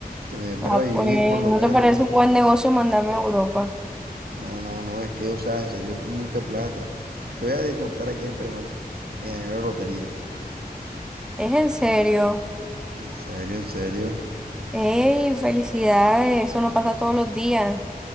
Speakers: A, on the right; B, in the centre.
A: Que me dé para
B: Ah,
A: vivir
B: pues,
A: por lo
B: ¿no
A: menos.
B: te parece un buen negocio mandarme a Europa?
A: No, no, no, es que, o sea, en serio, es mucha plata. Te voy a contar aquí entre nos. Me gané la lotería.
B: Es en serio.
A: En serio, en serio.
B: ¡Ey, felicidades! Eso no pasa todos los días.